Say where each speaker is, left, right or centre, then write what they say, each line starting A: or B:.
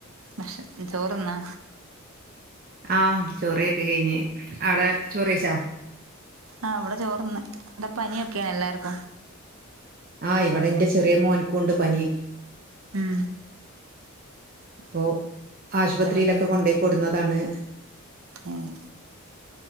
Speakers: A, on the right (about 75°); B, on the right (about 40°).
A: ഭക്ഷ ചോറ്ന്നാ
B: ആഹ് ചോറെയൊക്കെ കഴിഞ്ഞ് അവ്ടെ ചോറെയ്ച്ചോ
A: ആഹ് ഇവ്ടെ ചോറ്ന്ന് ഇവിടെ പനിയൊക്കെയാണ് എല്ലാർക്കും
B: ആഹ്
A: ഉം
B: ഇവിടെ ഇന്റെ ചെറിയ മോൻക്കുണ്ട് പനി
A: ഉം
B: ഇപ്പോ ആശുപത്രിയിലൊക്കെ
A: പെണ്ണ്
B: കൊണ്ടോയി കൊടുന്നതാണ്
A: ഏഹ്